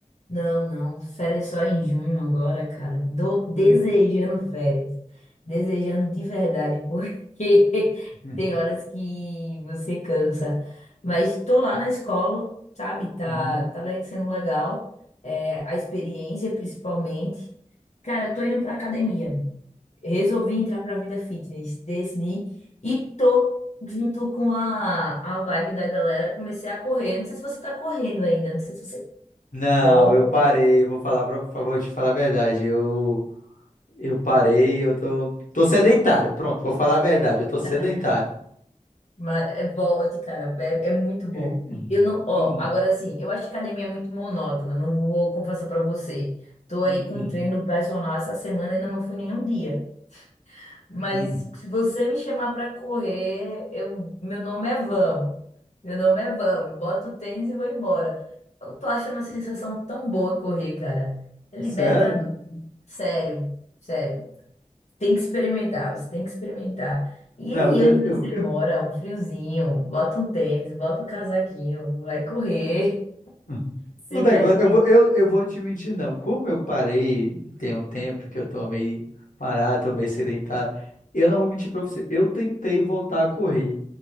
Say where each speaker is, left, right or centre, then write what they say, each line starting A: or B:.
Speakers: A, on the left; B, on the left.
A: não, não, férias só em junho agora, cara. Tô desejando
B: Uhum,
A: férias, desejando de verdade, porque <laughs>
B: uhum,
A: tem horas que você cansa. Mas estou lá na escola, sabe? Tá,
B: uhum.
A: tá le- sendo legal, é, a experiência principalmente. Cara, eu tô indo para academia resolvi entrar para a vida fitness, decidi e tô junto com a, a vibe da galera, comecei a correr. Não sei se você tá correndo ainda, não sei se você
B: Não,
A: corre,
B: eu parei. Eu vou falar pra, pra- vou te falar a verdade. Eu, eu parei, eu tô, tô sedentário. Pronto, vou falar a verdade. Eu tô sedentário.
A: <laughs> mas é volte, cara, é, é muito bom.
B: É, hum,
A: Eu não, ó,
B: hum,
A: agora assim, eu acho que academia é muito monótona, não vou confessar para você. Tô aí
B: hum,
A: com
B: hum,
A: um treino do personal essa semana, ainda não fui nenhum dia. Mas
B: hum.
A: se você me chamar para correr, eu, meu nome é Vamos. Meu nome é Vamos. Boto o tênis e vou embora. Eu tô achando uma sensação tão boa correr, cara. É libertador.
B: Sério?
A: Sério, sério. Tem que experimentar, você tem que experimentar. E
B: Não,
A: aí,
B: eu,
A: onde
B: eu,
A: você
B: eu,
A: mora, um friozinho, bota um tênis, bota um casaquinho, vai correr, <laughs>
B: Uhum.
A: você
B: O negócio,
A: vai ver.
B: eu vou, eu, eu vou te mentir, não. Como eu parei, tem um tempo que eu tô meio parado, tô meio sedentário, eu não vou mentir pra você. Eu tentei voltar a correr,